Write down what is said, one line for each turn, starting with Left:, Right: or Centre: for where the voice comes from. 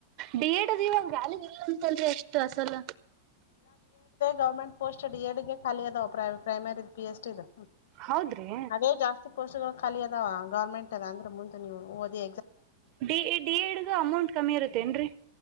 Right: D Ed ಅದು ಇವಾಗ ವ್ಯಾಲಗ್ ಇಲ್ಲ. ಲ್ರಿ ಎಷ್ಟು ಅಸಲ
Left: ಗೌರ್ಮೆಂಟ್ ಪೋಸ್ಟ್ ಡಿ ಎಡ್ ಖಾಲಿ ಅದ. Primary B S T E
Right: ಹೌದ್ರಿ
Left: ಅದೇ ಜಾಸ್ತಿ ಪೋಸ್ಟ್ ಗಳು ಖಾಲಿ ಅದಾವ ಗೌರ್ಮೆಂಟ್ ಅಂದ್ರೆ ಮುಂದೆ ನೀವುಓದಿ
Right: ಡಿ ಎ ಡಿ ದೂ ಅಮೌಂಟ್ ಕಮ್ಮಿ ಇರುತ್ತೇ ಏನ್ರರಿ